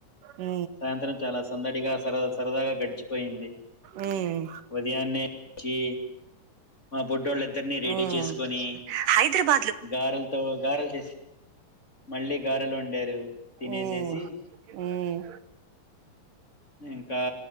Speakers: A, on the right; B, on the left.
A: ఊ
B: సాయంత్రం చాలా సందడిగా సర సరదాగా గడిచిపోయింది
A: ఉమ్
B: ఉదయాన్నే <inaudible> చి మా బుడ్డోళ్ళిద్దరిని రెడీ
A: ఉమ్
B: చేసుకొని
A: హైదరాబాద్ లో
B: గారెల్తో గారెల్ చేసి మళ్ళీ గారలు వండారు తినేసేసి
A: ఉమ్ ఉమ్
B: ఇంకా